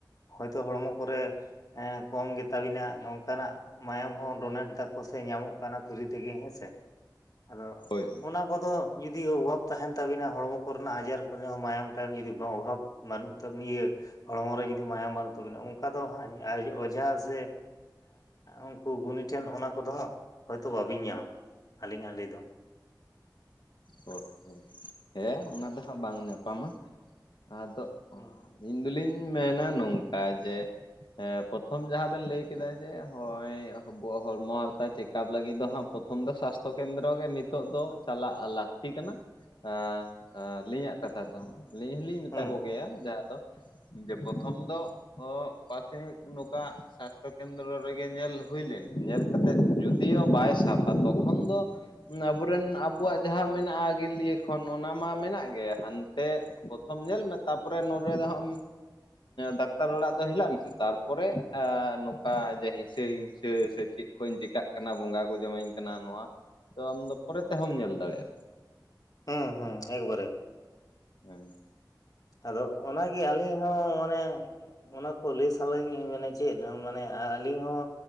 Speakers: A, on the left; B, on the left.
A: ᱦᱚᱭᱛᱚ ᱦᱚᱲᱢᱚ ᱠᱚᱨᱮ ᱮ ᱠᱚᱢ ᱜᱮᱛᱟ ᱵᱤᱱᱟ ᱱᱟᱝᱠᱟᱱᱟᱜ ᱢᱟᱭᱟᱢ ᱦᱚᱸ ᱰᱳᱱᱮᱴ ᱫᱟᱠᱚ ᱥᱮ ᱧᱟᱢᱚᱜ ᱠᱟᱱᱟ ᱯᱷᱨᱤ ᱛᱮᱜᱮ ᱦᱮᱸ ᱥᱮ, ᱟᱫᱚ
B: ᱦᱳᱭ ᱦᱳᱭ ᱦᱳᱭ
A: ᱚᱱᱟ ᱠᱚᱫᱚ ᱡᱩᱫᱤᱳ ᱚᱵᱷᱟᱵ ᱛᱟᱦᱮᱱ ᱛᱟᱵᱤᱱᱟ ᱦᱚᱲᱢᱚ ᱠᱚᱨᱮᱱᱟᱜ ᱟᱡᱟᱨ ᱠᱚᱨᱮ ᱢᱟᱭᱟᱢ ᱴᱟᱭᱟᱢ ᱡᱩᱫᱤ ᱵᱟᱝ ᱚᱵᱷᱟᱵ ᱵᱟᱹᱱᱩᱜ ᱛᱟᱵᱤ ᱤᱭᱟᱹ ᱦᱚᱲᱢᱚ ᱨᱮ ᱡᱩᱫᱤ ᱢᱟᱭᱟᱢ ᱵᱟᱹᱱᱩᱜ ᱛᱟᱵᱤᱱᱟ ᱚᱱᱠᱟ ᱫᱚ ᱦᱟᱸᱜ ᱚᱡᱷᱟ ᱥᱮ ᱩᱱᱠᱩ ᱜᱩᱱᱤ ᱴᱷᱮᱱ ᱚᱱᱟ ᱠᱚᱫᱚ ᱦᱟᱸᱜ ᱦᱳᱭᱛᱳ ᱵᱟᱹᱵᱤᱱ ᱧᱟᱢᱟ ᱟᱹᱞᱤᱧᱟᱜ ᱞᱟᱹᱭ ᱫᱚ ᱾
B: ᱦᱳᱭ ᱦᱳᱭ ᱦᱮᱸ ᱚᱱᱟ ᱫᱚ ᱦᱟᱸᱜ ᱧᱟᱯᱟᱢᱟ ᱾ ᱟᱫᱚ ᱟᱹᱞᱤᱧ
A: ᱦᱩᱸ
B: ᱫᱚᱞᱤᱧ ᱢᱮᱱᱟ ᱱᱚᱝᱠᱟ ᱡᱮ ᱯᱨᱚᱛᱷᱚᱢ ᱡᱟᱦᱟᱸ ᱵᱮᱱ ᱞᱟᱹᱭ ᱠᱮᱫᱟ ᱡᱮ ᱦᱚᱭ ᱵᱚ ᱦᱚᱲᱢᱚ ᱦᱟᱨᱛᱟ ᱪᱮ ᱠᱟᱯ ᱞᱟᱜᱤᱫ ᱫᱚ ᱦᱟᱸ ᱯᱨᱚᱛᱚᱢ ᱫᱚ ᱥᱟᱥᱛᱚ ᱠᱮᱱᱫᱨᱚ ᱜᱮ, ᱱᱤᱛ ᱱᱤᱛᱚᱜ ᱫᱚ ᱪᱟᱞᱟᱜ ᱞᱟᱹᱠᱛᱤ ᱠᱟᱱᱟ ᱟᱻ ᱟᱻ ᱟᱞᱤᱧᱟᱜ ᱠᱟᱛᱷᱟ ᱫᱚ ᱟᱹᱞᱤᱧ ᱦᱚᱞᱤᱧ ᱢᱮᱛᱟ
A: ᱦᱩᱸ
B: ᱠᱚᱜᱮᱭᱟ ᱡᱟᱦᱟᱸ ᱫᱚ ᱡᱮ ᱯᱨᱚᱛᱷᱚᱢ ᱫᱚ ᱚ ᱯᱨᱟᱛᱷᱚᱢᱤᱠ ᱱᱚᱝᱠᱟ ᱥᱟᱥᱛᱷᱚ ᱠᱮᱱᱫᱨᱚ ᱨᱮᱜᱮ ᱧᱮᱞ ᱦᱩᱭ ᱞᱮᱱ ᱜᱮ, ᱧᱮᱞ ᱠᱟᱛᱮᱜ ᱡᱚᱫᱤᱭᱳ ᱵᱟᱭ ᱥᱟᱵᱟ ᱛᱚᱠᱷᱚᱱ ᱫᱚ ᱟᱵᱚᱨᱮᱱ ᱟᱵᱚᱣᱟᱜ ᱡᱟᱦᱟᱸ ᱢᱮᱱᱟᱜᱼᱟ ᱟᱜᱤᱞ ᱤᱭᱟᱹ ᱠᱷᱚᱱ ᱚᱱᱟ ᱢᱟ ᱢᱮᱱᱟᱜ ᱜᱮ ᱦᱟᱱ ᱛᱮ ᱯᱨᱚᱛᱷᱚᱢ ᱧᱮᱞ ᱢᱮ ᱛᱟᱨᱯᱚᱨᱮ ᱱᱚᱰᱮ ᱫᱚ ᱦᱟᱸᱜ ᱰᱟᱠᱛᱟᱨ ᱚᱲᱟᱜ ᱫᱚ ᱦᱮᱞᱟᱜ ᱢᱮᱥᱮ ᱛᱟᱨᱯᱚᱨᱮ ᱱᱚᱝᱠᱟᱮ ᱦᱤᱥᱟᱹ ᱦᱤᱝᱥᱟᱹ ᱥᱮ ᱪᱮᱫ ᱠᱷᱚᱧ ᱪᱤᱠᱟᱜ ᱠᱟᱱᱟ ᱵᱚᱸᱜᱟ ᱠᱚ ᱡᱚᱢᱟᱹᱧ ᱠᱟᱱᱟ ᱱᱚᱣᱟ ᱛᱚ ᱟᱢ ᱫᱚ ᱯᱚᱨᱮ ᱛᱮᱦᱚᱢ ᱧᱮᱞ ᱫᱟᱲᱮᱭᱟᱜᱼᱟ, ᱛᱚ
A: ᱦᱮᱸ ᱦᱮᱸ ᱮᱠᱵᱟᱨᱮ
B: ᱦᱮᱸ,
A: ᱟᱫᱚ ᱚᱱᱟ ᱜᱮ ᱟᱹᱞᱤᱧ ᱦᱚᱸ ᱢᱟᱱᱮ ᱚᱱᱟ ᱠᱚ ᱞᱟᱹᱭ ᱥᱟᱱᱟᱧ ᱢᱟᱱᱮ ᱪᱮᱫ ᱢᱟᱱᱮ ᱟᱹᱞᱤᱧ ᱦᱚᱸ